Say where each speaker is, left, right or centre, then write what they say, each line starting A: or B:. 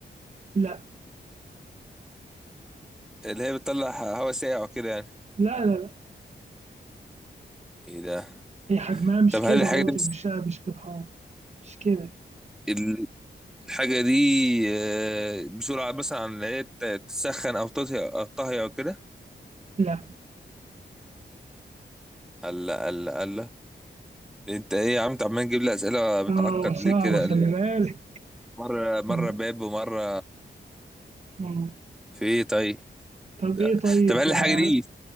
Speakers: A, on the right (about 40°); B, in the centre.
A: لا
B: اللي هي بتطلع ه- هواء ساقع وكده يعني
A: لا لا لا
B: ايه ده
A: هي حجمها مش
B: طب
A: كده
B: هل الحاجه
A: برضه
B: دي بس
A: مش مش بالحرام مش كده
B: ال- الحاجه دي آه بسرعه مثلا عن اللي هي ت- تسخن او تطهي او تطهي او كده
A: لا
B: الله الله الله انت ايه يا عم انت عمال تجيب لي اسئله بتعقد
A: اه صعبة
B: ليه كده
A: خلي
B: قال لي
A: بالك
B: مره مره
A: اه
B: باب ومره
A: آه.
B: في ايه طيب
A: طب
B: لا.
A: ايه طيب
B: طب هل الحاجه
A: آه.
B: دي